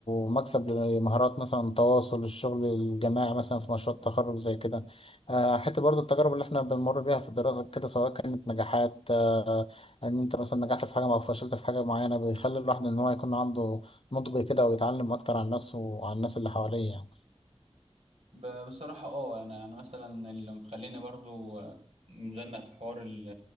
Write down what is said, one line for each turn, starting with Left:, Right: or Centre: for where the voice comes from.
Left: مكسب لمهارات مثلا تواصل الشغل الجماعي مثلا في مشروع التخرج زي كده آه حتى برضو التجارب اللي احنا بنمر بيها في الدراسة كده سواء كانت نجاحات آه، ان انت مثلا نجحت في حاجه او فشلت في حاجه معينه بيخلي الواحد ان هو يكون عنده نضج كده ويتعلم اكتر عن نفسه وعن الناس اللي حواليه يعني
Right: ب- بصراحة اه انا انا مثلا اللي مخليني برضو مزنق في حوار ال-